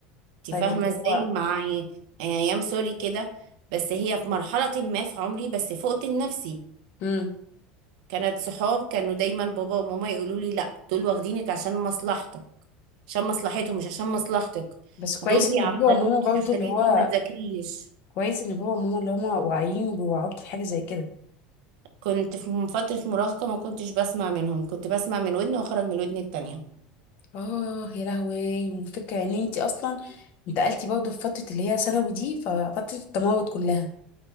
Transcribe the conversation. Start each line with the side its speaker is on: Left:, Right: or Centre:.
Right: انت
Left: طيب
Right: فاهمه
Left: اللي هو
Right: ازاي مع يعني ايام سوري كده بس هي في مرحله ما في عمري بس فقت لنفسي
Left: امم
Right: كانت صحاب كانوا دايما بابا وماما يقولوا لي لا دول واخدينك عشان مصلحتك عشان مصلحتهم مش عشان مصلحتك
Left: بس كويس
Right: دول بيعطلوكي
Left: ان بابا وماما برضو
Right: عشان
Left: اللي هو
Right: انتي ما تذاكريش
Left: كويس ان بابا وماما اللي هما واعيين وبيوعوك في حاجه زي كده
Right: كنت في فتره مراهقه ما كنتش بسمع منهم كنت بسمع من ودن واخرج من الودن التانية
Left: اه يا لهوي فكره ان انت اصلا انتقلتي برضو في فتره اللي هي ثانوي دي ففتره التمرد كلها